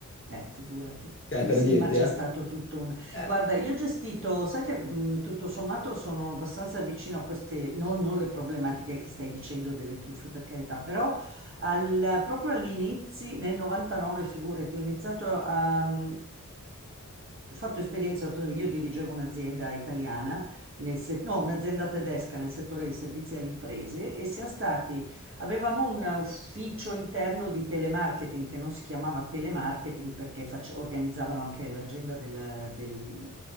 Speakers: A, on the right; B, on the left.
A: Eh, figurati.
B: Cioè,
A: Sì,
B: per
A: sì,
B: dirti,
A: ma c'è
B: eh?
A: stato tutto un...
B: Eh,
A: Guarda, io ho gestito, sai che mh, tutto sommato sono abbastanza vicino a queste, non, non le problematiche che stai dicendo delle truffe, per carità, però al- proprio all'inizio, nel 99, figurati, ho iniziato a, mhmm, ho fatto esperienza, io dirigevo un'azienda italiana, nel se- no, un'azienda tedesca nel settore dei servizi alle imprese e siamo stati, avevamo un ufficio interno di telemarketing che non si chiamava telemarketing perché face- organizzavano anche l'agenda del, del-